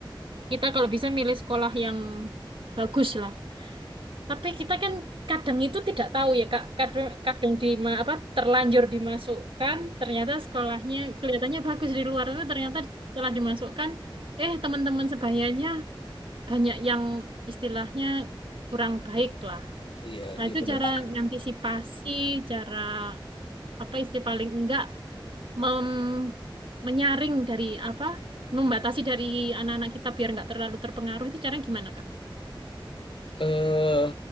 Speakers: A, on the right; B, on the left.
A: kita kalau bisa milih sekolah yang bagus lah. Tapi kita kan kadang itu tidak tahu ya kak. Kadang, kadang di ma- apa terlanjur dimasukkan, ternyata sekolahnya kelihatannya bagus di luar, tapi ternyata setelah dimasukkan, eh teman-teman sebayanya banyak yang istilahnya kurang baik lah.
B: Iya,
A: Nah
B: iya
A: itu
B: benar
A: cara
B: sih.
A: ngantisipasi, cara apa istilah paling enggak mem- menyaring dari apa membatasi dari anak-anak kita biar nggak terlalu terpengaruh itu caranya gimana Kak?
B: Eh,